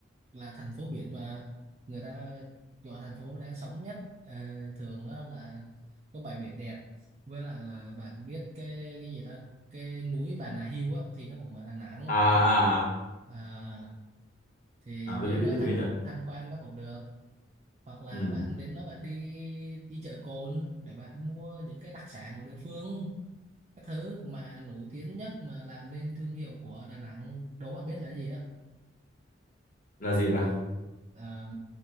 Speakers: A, on the right (about 30°); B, on the left (about 40°).
A: là thành phố biển mà người ta gọi thành phố đáng sống nhất Ờ, thường đó là có bãi biển đẹp với lại là bạn biết cái cái gì ta cái núi Bà Nà Hills á thì nó cũng ở Đà Nẵng
B: à à
A: à, thì
B: à
A: đến
B: biết biết biết
A: đó
B: biết
A: tham
B: mình biết rồi
A: tham quan nó cũng được hoặc là
B: ừ.
A: bạn đến đó bạn đi đi chợ Cồn để bạn mua những cái đặc sản của địa phương các thứ mà nổi tiếng nhất mà làm nên thương hiệu của Đà Nẵng đố bạn biết là cái gì á
B: là gì bạn
A: Ờ,